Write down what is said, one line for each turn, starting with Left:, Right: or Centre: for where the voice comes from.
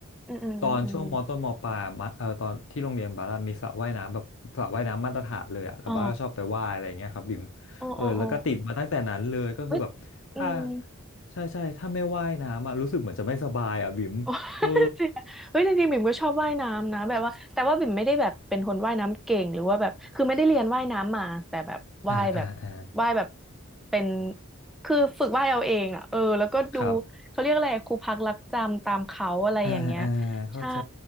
Centre: อืมอืมอืมอม
Left: ตอนช่วงมต้นมปลายมะเออตอนที่โรงเรียนบาร์มีสระว่ายน้ำแบบสระว่ายน้ำมาตรฐานเลยอะแล้วบาร์ชอบไปว่ายอะไรเงี้ยครับบิม
Centre: อ๋อโอ้โอ้โอ้
Left: เออแล้วก็ติดมาตั้งแต่นั้นเลยก็คือแบบถ้า
Centre: เอ้ยอืม
Left: ใช่ใช่ถ้าไม่ว่ายน้ำอะรู้สึกเหมือนจะไม่สบายอะบิมเออ
Centre: โอ้ <laughs> จริงอะเฮ้ยจริงๆบิ่มก็ชอบว่ายน้ำนะแบบว่าแต่ว่าบิ่มไม่ได้แบบเป็นคนว่ายน้ำเก่งหรือว่าแบบคือไม่ได้เรียนว่ายน้ำมาแต่แบบว่ายแบบ
Left: อ่าอ่าอ่า
Centre: ว่ายแบบเป็นคือฝึกว่ายเอาเองอ่ะเออแล้วก็ดู
Left: ครับ
Centre: เขาเรียกอะไรอะครูพักรักจำตามเขาอะไรอย่างเงี้ย
Left: อ่าอ่าเข้าใจ
Centre: ใช่